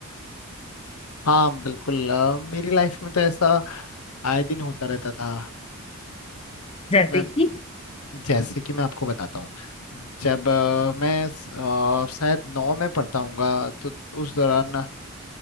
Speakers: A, on the left (about 85°); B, on the left (about 25°).
A: हाँ बिल्कुल अ, मेरी लाइफ में तो ऐसा आए दिन होता रहता था
B: <laughs> जैसे
A: मैं
B: कि
A: जैसे कि मैं आपको बताता हूँ जब अ, मैं स- अ, शायद नौ में पढ़ता हूँगा तो उस दौरान